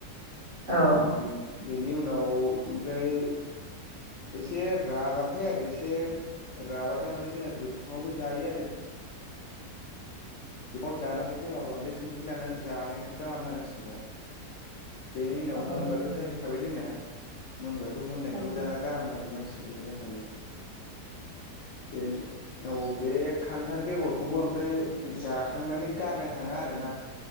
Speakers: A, on the right (about 35°); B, on the left (about 65°).
A: औ
B: ओम बे बेनि उनाव ओमफ्राय एसे राबाथाय आरो एसे राबाथाय माने जोंहा गोथाङावबो जायो आरो बे खौ दानानै जोंहा बा नलु संख्रि लानानै जानायखौ गाहाम नाङो मानसिफोरा बेनि उनाव
A: औ
B: मोनबाथ' जाय मोन खाबाय जोंना मोनबाथ' मोननायखौबो
A: औ
B: जाना गाहाम नाङो मानसिफोरा जोंहाबो। बेनि औ बे खान्थाल बेगर खौबो ओमफ्राय जाखांनानै गारना थाङो आरोना